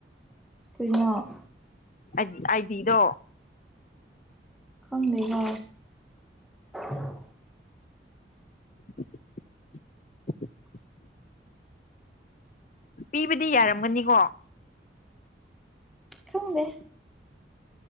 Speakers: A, in the centre; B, on the left.
A: ꯀꯔꯤꯅꯣ
B: ꯑꯥꯏꯗꯤꯗꯣ
A: ꯈꯪꯗꯦꯗꯥ <inaudible>
B: <unintelligible> ꯄꯤꯕꯗꯤ ꯌꯥꯔꯝꯒꯅꯤꯀꯣ
A: ꯈꯪꯗꯦ